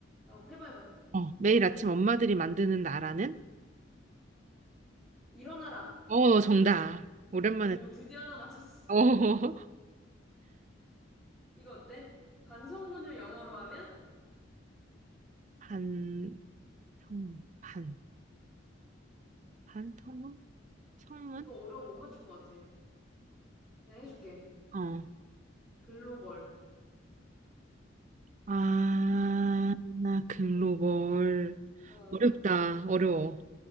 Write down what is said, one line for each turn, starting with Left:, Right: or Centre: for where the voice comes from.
Centre: 어, 해봐, 해봐.
Right: 어, 매일 아침 엄마들이 만드는 나라는?
Centre: 일어나라.
Right: 어, 정답. 오랜만에.
Centre: 오, 드디어 하나 맞췄어.
Right: 어, <laughs>
Centre: 이거 어때? 반성문을 영어로 하면?
Right: 반. 반, 반. 반통문성문
Centre: 이거 어려워 못 맞출 것 같아. 그냥 해줄게.
Right: 어.
Centre: 글로벌.
Right: 아, 글로벌.
Centre: 어,
Right: 어렵다. 어려워.